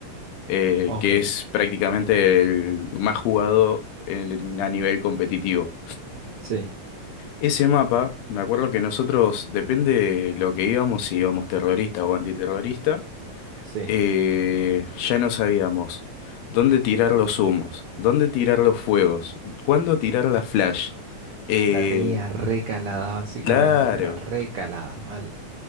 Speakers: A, on the left; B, on the right.
A: eh,
B: Ok,
A: que es prácticamente el más jugado en- a nivel competitivo.
B: sí,
A: Ese mapa, me acuerdo que nosotros, depende de lo que íbamos, si íbamos terrorista o antiterrorista,
B: sí.
A: eh, ya no sabíamos dónde tirar los humos, dónde tirar los fuegos, cuándo tirar la flash. Eh,
B: La tenía recalada básicamente,
A: claro,
B: pero recalada mal.